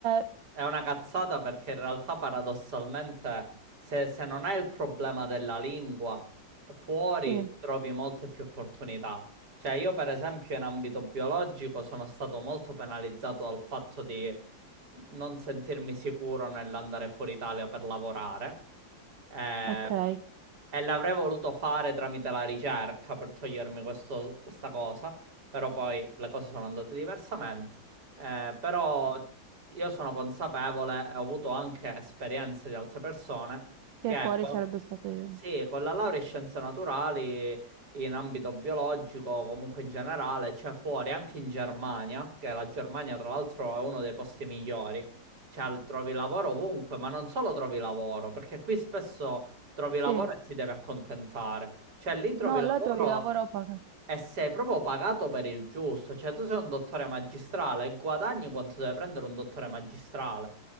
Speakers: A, on the right (about 85°); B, on the right (about 60°).
A: eh,
B: è una cazzata perché in realtà paradossalmente se, se non hai il problema della lingua, fuori
A: sì,
B: trovi molte più opportunità. Cioè io per esempio in ambito biologico sono stato molto penalizzato dal fatto di non sentirmi sicuro nell'andare fuori Italia per lavorare. Eh,
A: ok. Eh,
B: e l'avrei voluto fare tramite la ricerca per togliermi questo- questa cosa, però poi le cose sono andate diversamente. Eh, però io sono consapevole e ho avuto anche esperienze di altre persone
A: che
B: che
A: fuori
B: con,
A: sarebbe stato io.
B: sì, con la laurea in scienze naturali in ambito biologico, comunque in generale, c'è fuori anche in Germania, che la Germania tra l'altro è uno dei posti migliori, cioè trovi lavoro ovunque, ma non solo trovi lavoro, perché qui spesso trovi
A: Sì.
B: lavoro e ti devi accontentare, cioè lì trovi
A: No,
B: lavoro.
A: là trovi lavoro poco.
B: E sei proprio pagato per il giusto, cioè tu sei un dottore magistrale e guadagni quanto deve prendere un dottore magistrale.